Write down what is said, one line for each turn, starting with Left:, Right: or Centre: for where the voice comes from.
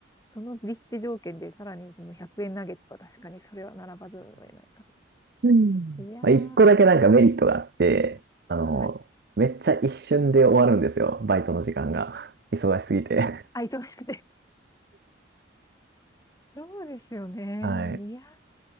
Left: その立地条件でさらにその100円ナゲットは確かにそれは並ばざるを得ないか。
Right: うん。
Left: いやー、
Right: まあ、一個だけなんかメリットがあって、あの、
Left: はい。
Right: めっちゃ一瞬で終わるんですよ。バイトの時間が。<laughs> 忙しすぎて。
Left: あ、忙しくて。<laughs> そうですよね。
Right: はい。
Left: いや